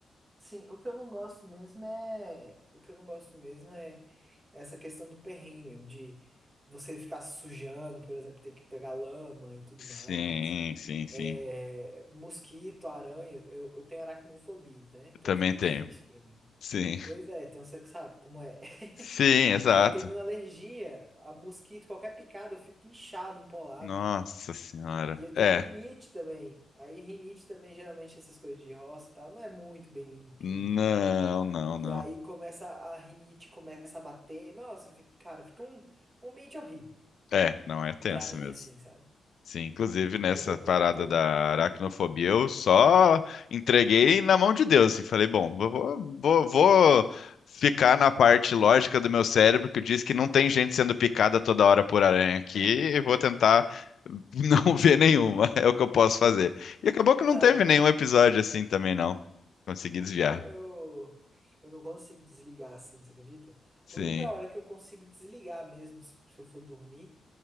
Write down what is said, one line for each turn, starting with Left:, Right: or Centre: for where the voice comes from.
Right: sim, o que eu não gosto mesmo é. O que eu não gosto mesmo é essa questão do perrengue mesmo, de você ficar se sujando, por exemplo, ter que pegar lama e tudo
Left: Sim,
Right: mais.
Left: sim, sim.
Right: É, mosquito, aranha. Eu, eu tenho aracnofobia, né? Então
Left: Eu também
Right: fica
Left: tenho.
Right: difícil pra mim.
Left: Sim.
Right: Pois é, então você sabe como é. <laughs>
Left: Sim, exato.
Right: E eu tenho alergia a mosquito, qualquer picada eu fico inchado, empolado.
Left: Nossa senhora.
Right: E eu
Left: É.
Right: tenho rinite também. Aí rinite também, geralmente essas coisas de roça e tal, não é muito bem limpinha
Left: Não,
Right: e tal.
Left: não,
Right: E
Left: não.
Right: aí começa a rinite, começa a bater. Nossa, fica- cara, fica um, um ambiente horrível.
Left: É, não é tenso
Right: Pra mim,
Left: mesmo.
Right: assim, sabe?
Left: Sim, inclusive nessa
Right: Quando,
Left: parada
Right: quando eu tô.
Left: da aracnofobia, eu só entreguei na mão de Deus, assim, falei, bom, vou, vou, vou- vou ficar na parte lógica do meu cérebro que diz que não tem gente sendo picada toda hora por aranha aqui, e vou tentar <laughs> não ver nenhuma, é o que eu posso fazer. E acabou que
Right: Cara,
Left: não teve nenhum episódio assim também, não. Consegui desviar.
Right: eu, eu, eu não consigo desligar assim, você acredita?
Left: Sim.
Right: A única hora que eu consigo desligar mesmo, se se eu for dormir.